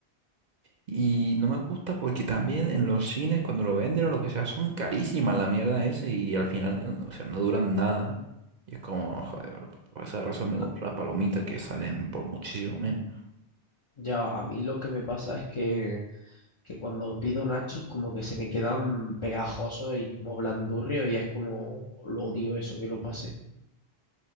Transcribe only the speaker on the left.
Ah,
Ya, a mí lo que me pasa es que que cuando pido nachos como que se me quedan pegajosos y como blandurrios y es como lo odio eso que lo pase